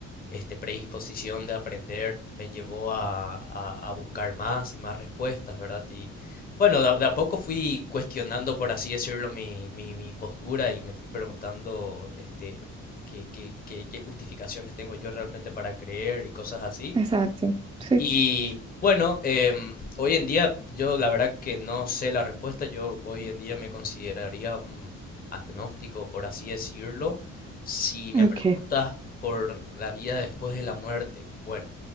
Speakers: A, on the left; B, on the right.
A: este predisposición de aprender me llevó a, a- a buscar más y más respuestas, ¿verdad? Y bueno, de, a de a poco fui cuestionando, por así decirlo, mi, mi, mi postura y me fui preguntando, este, qué, qué, qué, qué justificaciones tengo yo realmente para creer y cosas así.
B: exacto. Sí,
A: Y bueno, em, hoy en día yo la verdad que no sé la respuesta. Yo hoy en día me consideraría un agnóstico, por así decirlo. Si
B: ok.
A: me preguntas por la vida después de la muerte, bueno,